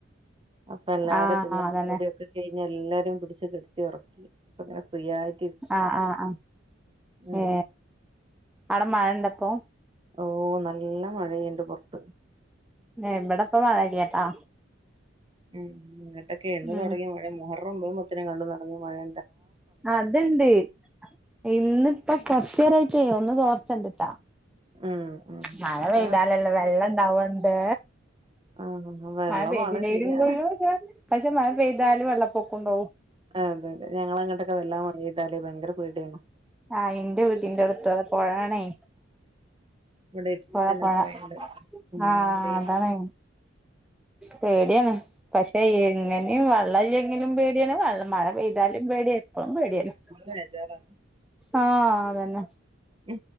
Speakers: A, on the right (about 25°); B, in the centre.
A: അപ്പൊ എല്ലാരും
B: ആഹ് ആഹ്
A: തിന്ന
B: അതന്നെ
A: കൂടൊക്കെ കഴിഞ്ഞ എല്ലാരും പിടിച്ചച്ച് കെടുത്തി ഉറക്കി അപ്പ ഇങ്ങനെ ഫ്രീയായി
B: ആഹ ആഹ ആ
A: ഉം
B: ഏ അടെ മഴ ഉണ്ടപ്പൊ
A: ഓ നല്ല മഴയണ്ട് പുറത്ത്
B: ഇവിടെ ഇപ്പ മഴയില്ലട്ടാ
A: ഉം എന്നങ്ങട്ടൊക്കെ എന്ന്
B: ഉം
A: തുടങ്ങിയ മഴ മുഹറു ഒമ്പ പത്തിന കണ്ടു തുടങ്ങിയ മഴയ
B: അത്ണ്ട് ഇന്നിപ്പ കൊറച്ചു നേരായിട്ട ഒന്ന് തോർച്ചണ്ടിട്ടാ
A: ഉം ഉം
B: മഴ പെയ്താലല്ലോ
A: അത്
B: വെള്ളം ഇണ്ടാവണ്ട്
A: ആഹ ആ വെള്ളമാണ്
B: മഴ പെയ്തില്ലേലുംണ്ടോ
A: ആഹ് ശരിയാണ്
B: പക്ഷെ മഴ പെയ്താല് വെള്ളപ്പൊക്കം ഉണ്ടാവും
A: അതെ അതെ ഞങ്ങ അങ്ങോട്ടൊക്കെ വെല്ലാം മഴപെയ്താലേ ഭയങ്കര പീടിയാണ്
B: ആഹ് എന്റെ വീടിന്റെ അടുത്തു അത പുഴണേ
A: ഇവിടെ എടുത്തന്നെ
B: പുഴപുഴ ആഹ
A: പോയണ്ട് ഉം ഇവിടെ
B: അതാണ് പേടിയാണ് പക്ഷെ എങ്ങനെയും വെള്ളംമല്ലെങ്കിലും പേടിയാണ് വെള്ളം മഴ പെയ്താലും പേടിയാണ് എപ്പോഴും പേടിയാണ്
A: ബെജാരാണ്
B: ആഹ അതന്നെ
A: ഉ